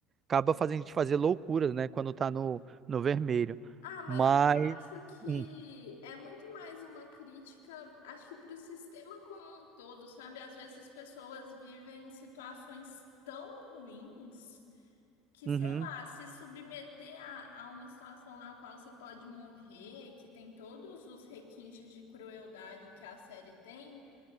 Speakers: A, on the right; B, on the left.
A: Acaba fazendo a gente fazer loucuras, né? Quando tá no, no vermelho.
B: Ah, mas
A: Mas.
B: eu acho que
A: Hum,
B: é muito mais uma crítica, acho que para o sistema como um todo, sabe? Às vezes as pessoas vivem situações tão ruins que,
A: uhum.
B: sei lá, se submeter a, a uma situação na qual você pode morrer, que tem todos os requintes de crueldade que a série tem,